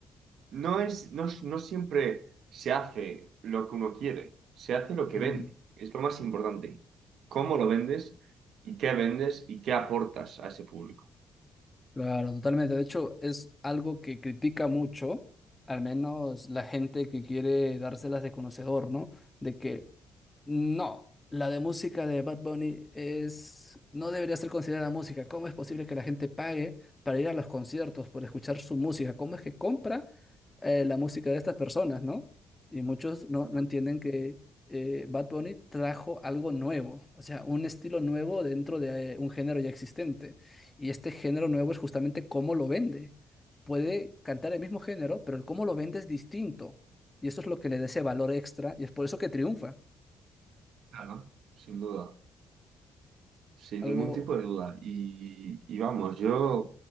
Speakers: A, on the right; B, on the left.
A: No es, no, es- no siempre se hace lo que uno quiere, se hace lo que
B: mm,
A: vende. Es lo más importante. ¿Cómo lo vendes y qué vendes y qué aportas a ese público?
B: Claro, totalmente. De hecho, es algo que critica mucho, al menos la gente que quiere dárselas de conocedor, ¿no? De que no, la de música de Bad Bunny es, no debería ser considerada música. ¿Cómo es posible que la gente pague para ir a los conciertos, por escuchar su música? ¿Cómo es que compra eh, la música de estas personas, ¿no? Y muchos no,
A: Ujú.
B: no entienden que eh, Bad Bunny trajo algo nuevo, o sea, un estilo nuevo dentro de eh, un género ya existente. Y este género nuevo es justamente cómo lo vende. Puede cantar el mismo género, pero el cómo lo vende es distinto. Y eso es lo que le da ese valor extra y es por eso que triunfa.
A: Claro. Sin duda, sin ningún
B: Algo,
A: tipo de duda. Y, y vamos, yo